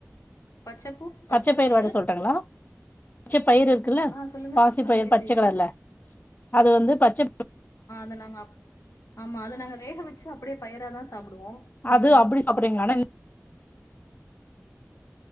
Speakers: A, on the left; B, on the left.
A: பச்சப்பூ,
B: பச்சை பயிர்
A: பயிறு
B: வட சொல்ட்டுங்களா பச்சை பயிர் இருக்குல்ல
A: ஆ சொல்லுங்க.
B: பாசி
A: அத
B: பயிர்
A: எப்டி
B: பச்சை
A: செய்வீங்க?
B: கலர்ல அது வந்து பச்சை
A: து நாங்க ஆமா அது நாங்க வேக வச்சு அப்படியே பயிராதா சாப்பிடுவோம்
B: அது
A: ம்
B: அப்டி சாப்புட்றீங்க ஆனா